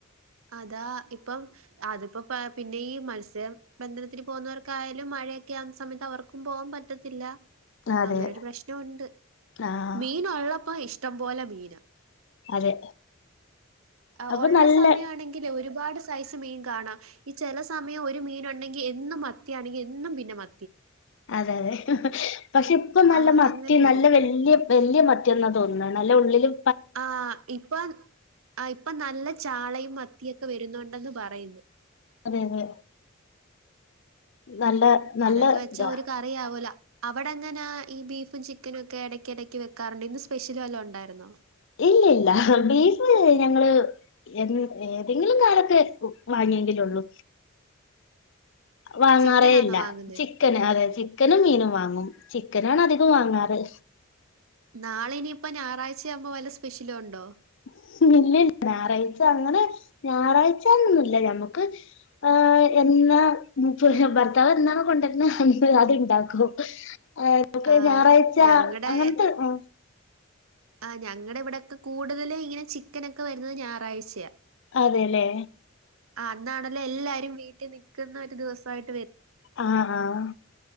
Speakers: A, on the right (about 85°); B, on the left (about 60°).
A: അതാ ഇപ്പം അതിപ്പോ പിന്നെ ഈ മത്സ്യബന്ധനത്തിന് പോകുന്നവർക്കായാലും മ ഴയൊക്കെ ആകുന്ന സമയത്ത് അവർക്കും പോവാൻ പറ്റത്തില്ല
B: അതെ
A: അങ്ങനൊരു പ്രശ്നോം ഒണ്ട്
B: ആഹ്
A: മീൻ ഒള്ളപ്പോ ഇഷ്ടം പോലെ മീനാ
B: അതെ
A: ആ
B: അപ്പൊ
A: ഒള്ള
B: നല്ല
A: സമയ ആണെങ്കിലെ ഒരുപാട് സ സ് മീൻ കാണാം ഈ ചെല സമയം ഒരു മീൻ ഒണ്ടങ്കി എന്നും മത്തിയാണെങ്കി എന്നും പിന്നെ മ
B: അതെ അതെ പക്ഷെ ഇപ്പൊ നല്ല
A: ആ
B: മത്തി
A: അങ്ങനെ വരും
B: നല്ല വല്യേ വല്യ മത്തിയാന്നാ തോന്നുന്നേ നല്ല ഉള്ളിലും
A: ആഹ് ഇപ്പൊ ആ ഇപ്പൊ നല്ല ചാളയും മത്തിയൊക്കെ വരുന്നുണ്ടെന്ന് പറയുന്നു
B: അതെ അതെ നല്ല നല്ല
A: അതൊക്കെ വെച്ചാ
B: ഇതാ
A: ഒരു കറിയവോല അവിടങ്ങന ഈ ബീഫും ചിക്കനുവെക്കെ എടക്ക് എടക്ക് വെക്കാറുണ്ട് ഇന്ന് സ്പെഷ്യലും വല്ലോ ഒണ്ടാരുന്നോ?
B: ഇല്ല ഇല്ല ബീഫ് ഞങ്ങള് എ ഏതെങ്കിലും കാലത്ത് വാങ്ങിയെങ്കില ഒള്ളൂ വാങ്ങാറേ
A: ചിക്കനാന്നോ
B: ഇല്ല
A: വാങ്ങുന്നേ
B: ചിക്കന് അതെ ചിക്കനും മീനും വാങ്ങും ചിക്കനാണ് അധികോം വാങ്ങാറ്
A: നാളെ ഇനിപ്പോ ഞാറാഴ്ചയാവുമ്പോ വല്ല സ്പെഷ്യലും ഒണ്ടോ
B: <unintelligible> ഇല്ലില്ല ഞാറാഴ്ച അങ്ങനെ ഞാറാഴ്ച്ചന്ന് ന്നുവില്ല ഞമ്മുക്ക് ആഹ് എ ന്ന മുപ്പ- ഭർത്താവ് എന്തണ കൊണ്ടെർ ണ് അതിണ്ടാക്കും ഏ -മക്ക്
A: ആ
B: ഞായറാഴ്ച്ച
A: ഞങ്ങടെ
B: അങ്ങൻത്തെ അ്
A: ആ ഞങ്ങടെവിടൊക്കെ കൂടുതൽ ഇങ്ങനെ ചിക്കനൊക്കെ വരുന്നത് ഞായറാഴ്ചയ
B: അതെ ലേ
A: ആ അന്നാണല്ലോ എല്ലാരും വീട്ടിൽ നിക്കുന്ന ഒരു ദിവസമായി-
B: ആഹാഹ്